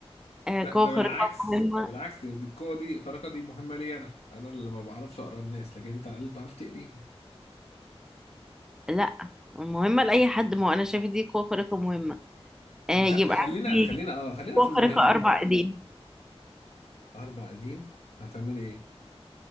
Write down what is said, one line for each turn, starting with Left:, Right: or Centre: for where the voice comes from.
Centre: آه
Left: لا
Centre: قوه
Left: ده
Centre: خارقه
Left: بالعكس
Centre: مهمه
Left: ده بالعكس دي دي القوة دي الخارقة دي مهمة لي أنا أنا اللي ما بعرفش أقرأ الناس لكن أنت على الأقل بتعرف تقريهم
Centre: لا مهمه لاي حد ما هو انا شايفه دي قوه خارقه مهمه آه
Left: خ-
Centre: يبقى
Left: خلينا
Centre: عندي
Left: خلينا أه خلينا
Centre: قوه
Left: في
Centre: خارقه
Left: المهمة
Centre: اربع ايدين
Left: أربع أيدين هتعملي إيه؟